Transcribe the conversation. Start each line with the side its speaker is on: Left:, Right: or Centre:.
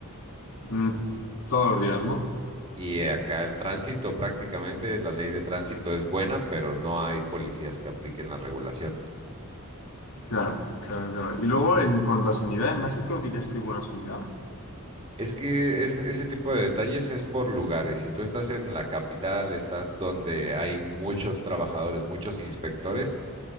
Left: Mm, Todos los días, ¿no?
Right: Y eh, acá el tránsito, prácticamente la ley de tránsito es buena, pero no hay policías que apliquen la regulación.
Left: Claro, claro, claro. Y luego, en cuanto a sanidad, en México dirías que hay buena sanidad.
Right: Es que es- ese tipo de detalles es por lugares. Si tú estás en la capital, estás donde hay muchos trabajadores, muchos inspectores,